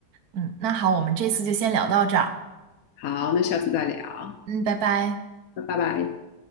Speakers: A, on the right; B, on the left.
A: 嗯，那好，我们这次就先聊到这儿，
B: 好，那下次再聊，
A: 嗯，拜拜。
B: 那拜拜。